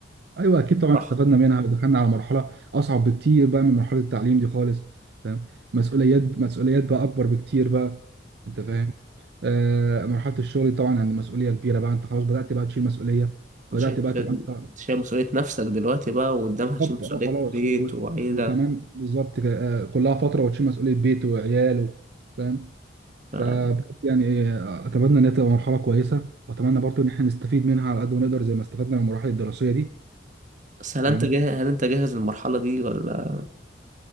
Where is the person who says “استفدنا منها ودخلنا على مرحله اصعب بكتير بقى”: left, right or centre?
Right